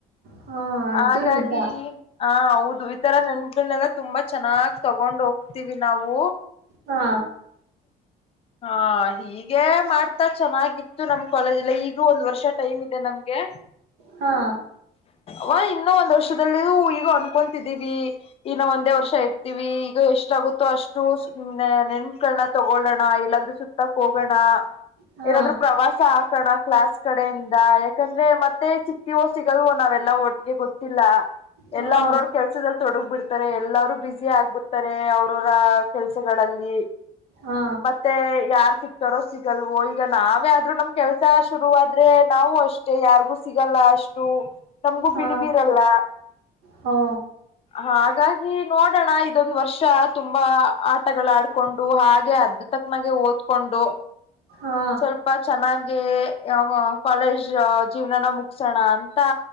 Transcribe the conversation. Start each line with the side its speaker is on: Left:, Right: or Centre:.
Right: ಹಾ ಅದು
Left: ಹಾಗಾಗಿ
Right: ನಿಜ
Left: ಆ ಹೌದು ಇತರ ನೆನ್ಪು <unintelligible> ತುಂಬ ಚೆನ್ನಾಗ್ ತೊಗೊಂಡ್ ಹೋಗ್ ನಾವು
Right: ಹಾ
Left: ಹಾ ಹೀಗೆ ಮಾಡ್ತಾ ಚೆನ್ನಾಗಿತ್ತು ನಮ್ ಕಾಲೇಜ್ ಈಗು ಒಂದ್ ವರ್ಷ ಟೈಮ್ ಇತ್ ನಮಗೆ
Right: ಹಾ
Left: ಹೊಯಿ ಇನ್ನ ದೋಷದಲ್ಲಿ ಈಗ ಅನ್ಕೊತಿದ್ದೀವಿ ಇನ್ನು ಒಂದೇ ವರ್ಷ ಇರ್ತೀವಿ ಈಗ ಎಷ್ಟ ಆಗುತ್ತೋ ಅಷ್ಟು ನೆನ್ ಗಳನ ತಗೊಳ್ಳೋಣ ಇಲ್ಲಾದ್ರೂ ಸುತ್ತ ಹೋಗೋಣ
Right: ಹಾ
Left: ಏನಾದ್ರರು ಪ್ರವಾಸ ಹಾಕಣ ಕ್ಲಾಸ್ ಕಡೆಯಿಂದ ಯಾಕಂದ್ರೆ ಮತ್ತೆ ಸಿಕ್ತವೋ ಸಿಗದವೋ ನಾವೆಲ್ಲಾ ಒಟ್ಟಿಗೆ ಗೊತ್ತಿಲ್ಲ
Right: ಹಾ
Left: ಎಲ್ಲಾ ಅವ್ರವ್ರ ಕೆಲ್ಸದಲ್ಲಿ ತೊಡಗ ಬಿಡ್ತಾರೆ ಎಲ್ಲ ಬಿಜಿ ಆಗ್ಬಟ್ಟು ತಾರೆ ಅವ್ರರ ಕೆಲಸದಲ್ಲಿ ನೀ
Right: ಹಾ
Left: ಮತ್ತೆ ಯಾರ್ ಸಿಕ್ ತರ ಸಿಗಲ್ವೋ ಈಗ ನಾವೇ ಆದ್ರೂ ನಮ್ ಕೆಲ್ಸ ಶುರುವಾದ್ರೆ ನಾವವು ಅಷ್ಟೆ ಯಾರಿಗೂ ಸಿಗಲ್ಲ ಅಷ್ಟು ನಮಗೂ
Right: ಹಾ
Left: ಬಿಡ್ಬರಲ್ಲ
Right: ಹೋ
Left: ಹಾಗಾಗಿ ನೋಡೋಣ ಇದೊಂದು ವರ್ಷ ತುಂಬಾ ಆಟಗಳ ಆಡ್ಕೊಂಡು ಹಾಗೆ ಅದ್ದ ತಕ್ಕನಾಗೆ ಓದ್ಕೊಂಡು
Right: ಹಾ
Left: ಸ್ವಲ್ಪ ಚೆನ್ನಾಗಿ ಹೆ ಯಾವ ಕಾಲೇಜ್ ಜೀವನನ ಮುಗಸೋಣ ಅಂತ